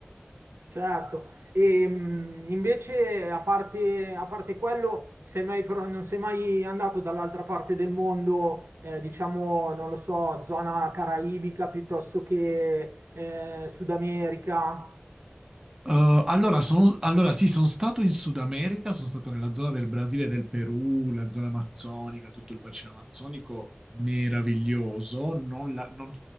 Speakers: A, on the right; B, on the right.
A: Certo, e mh, invece a parte, a parte quello, sei mai pro- non sei mai andato dall'altra parte del mondo, eh, diciamo, non lo so, zona caraibica piuttosto che eh, Sud America?
B: Eh, allora, sono- allora sì, sono stato in Sud America, sono stato nella zona del Brasile e del Perù, la zona amazzonica, tutto il bacino amazzonico, meraviglioso. Non la- non-